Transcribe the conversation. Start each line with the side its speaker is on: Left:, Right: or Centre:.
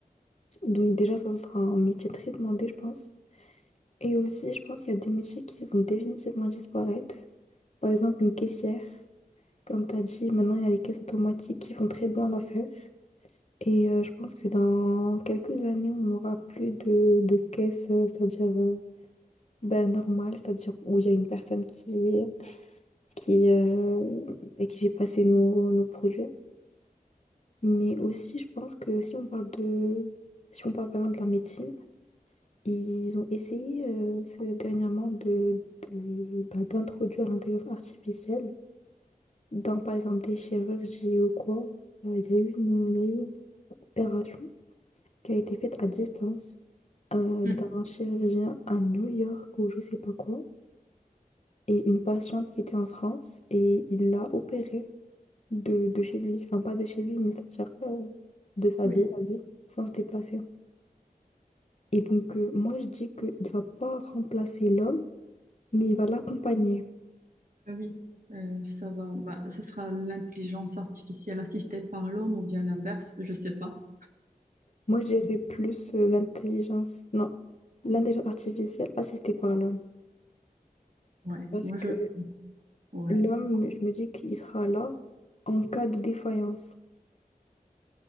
Left: Donc déjà, ça sera un métier très demandé, je pense. Et aussi, je pense qu'il y a des métiers qui vont définitivement disparaître. Par exemple, une caissière. Comme tu as dit, maintenant, il y a les caisses automatiques qui font très bien l'affaire. Et euh, je pense que dans quelques années, on n'aura plus de, de caisse, euh, c'est-à-dire euh, ben, normale, c'est-à-dire où il y a une personne qui, qui, euh, et qui fait passer nos, nos produits. Mais aussi, je pense que si on parle de... Si on parle par exemple de la médecine, Ils ont essayé euh, ces- dernièrement de, de- bah, d'introduire l'intelligence artificielle dans, par exemple, des chirurgies ou quoi. Euh, Il y a eu une, il y a eu une opération qui a été faite à distance euh,
Right: Mm.
Left: d'un chirurgien à New York ou je sais pas quoi, et une patiente qui était en France, et il l'a opérée de, de chez lui. Enfin, pas de chez lui, mais c'est-à-dire euh, de sa
Right: Oui.
Left: ville à lui, sans se déplacer. Et donc, euh, moi, je dis qu'il va pas remplacer l'homme, mais il va l'accompagner.
Right: Ah oui, euh, ça va, bah, ça sera l'intelligence artificielle assistée par l'homme ou bien l'inverse, je sais pas.
Left: Moi, j'irais plus euh, l'intelligence, non, l'intelligence artificielle assistée par l'homme.
Right: Ouais,
Left: Parce
Right: moi je,
Left: que
Right: ouais.
Left: l'homme, je me dis qu'il sera là en cas de défaillance.